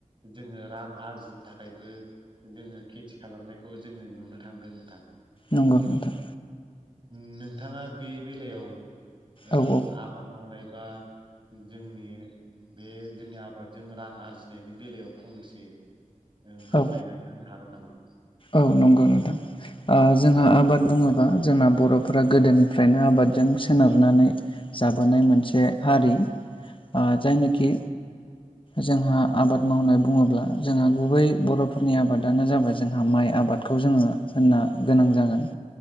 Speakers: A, on the right; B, on the left.
A: जोंङो रां आरजिनो थाखायबो जोंङो खेथि खालामनायखौबो जोंङो नुनो थांदों नोंथां।
B: नंगौ नोंथां।
A: उम नोंथांङा बे बेलायाव ओं
B: औ औ
A: आबाद मावनाय बा जोंनि बे जोंनि आबादजों रां आरजिनायनि बेलायाव फंनैसो ओ फोरमायनानै
B: औ
A: होनो हागोन नामा?
B: औ नंगौ नोंथां। ओ जोंहा आबाद बुंङोबा जोंना बर'फोरा गोदोनिफ्रायनो आबादजों सोनारनानै जाबोनाय मोनसे हारि ओ जायनोखि जोंहा आबाद मावनाय बुंङोब्ला जोंहा गुबै बर'फोरनि आबादानो जाबाय जोंहा माइ आबादखौ जोंङो होननो गोनां जागोन।